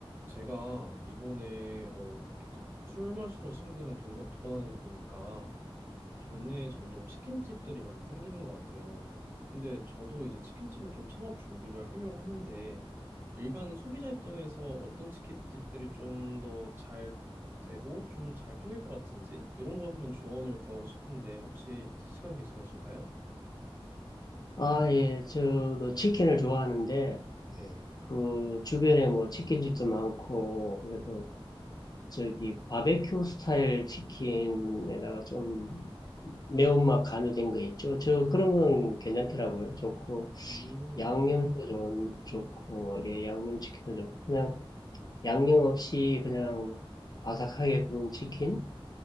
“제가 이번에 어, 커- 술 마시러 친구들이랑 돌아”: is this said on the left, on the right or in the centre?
Right